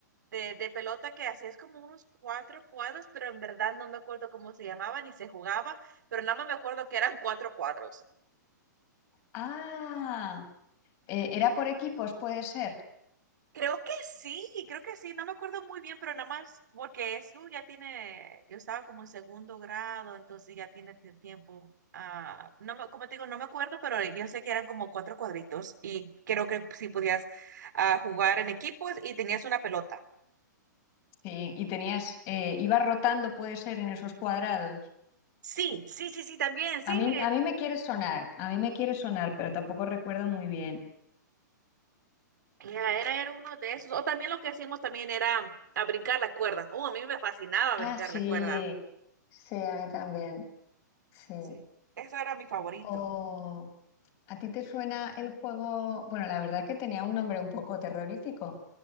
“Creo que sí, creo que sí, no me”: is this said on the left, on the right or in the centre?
Right